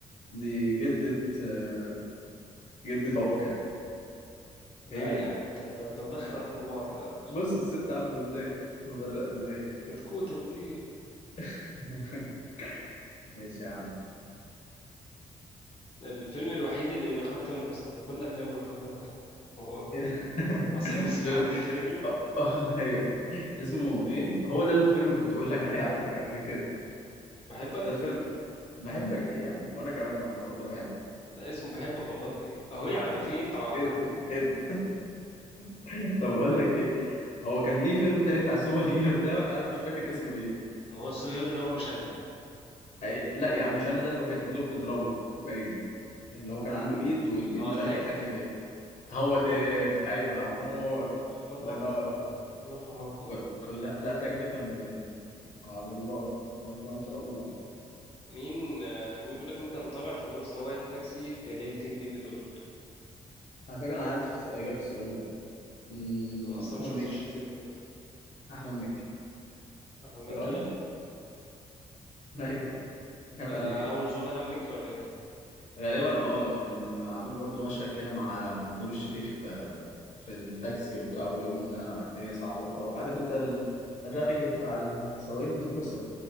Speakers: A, on the left; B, on the left.
A: دي جدة آه، جدة عوكل
B: لا
A: هي
B: يعني انت انت, انت مدخل الافلام في بعض كده على فكرة
A: بص الست عاملة ازاي مبرقة ازاي
B: كتكوت ابو الليل
A: <laughs> ماشي يا عم
B: الفيلم الوحيد اللي من اخراج تامر حسني من كل افلامه من اخراج تامر حسني <laughs> هو
A: ايه ده <laughs>
B: هو اصلا بيسيب
A: فيلم
B: حد يخرج له
A: أه، أه، ايوه اسمه ايه هو ده الفيلم اللي كنت بقول لك عليه على فكرة قبل كده
B: بحبك
A: ده الفيلم بحبك ايه يا عم وانا كمان يا عمر والله بحبك
B: لا اسمه بحبك والله في ايه اهو
A: انت
B: يا عم
A: هخش
B: في ايه انت مجنون
A: ايه ده ايه ده <laughs> طب بقول لك ايه هو كان ليه فيلم تاني بتاع السوبر هيرو ده انا مش فاكر اسمه ايه
B: ما هو الصهيوني ده اللي هو مش انا
A: أي... لا يا عم مش انا ده اللي هو كانت ايده بتضربه باين اللي هو كان عنده ايد والايد
B: اه
A: مش
B: تاج
A: عارف يتحكم فيها هو تاج ايوه يا عمور
B: افلام هابطه
A: الله ينور
B: كلها كلها افلام هابطه
A: كل كل- لا لا تاج ده كان على الله على الله ان شاء الله
B: مين آه، مين بيقول لك مين كان طالع في دور سواق التاكسي في ليله البيبي دول
A: على فكره انا عارف السؤال- اجابه السؤال ده أمم،
B: انا اصلا
A: احمد
B: ما شفتش
A: مكي
B: ليله البيبي دول
A: احمد مكي
B: احمد مكي
A: تراني
B: يعني
A: <laughs> ايوه جاب
B: ده
A: عليك
B: اول ظهور لاحمد مكي ولا ايه
A: غالبا اه كان عامل برضو مشهد كده مع نور الشريف آه، في التاكسي وبتاع بيقول ان انا الدنيا صعبه بقى عارف انت ال- الرغي بتاع السواقين التكوسه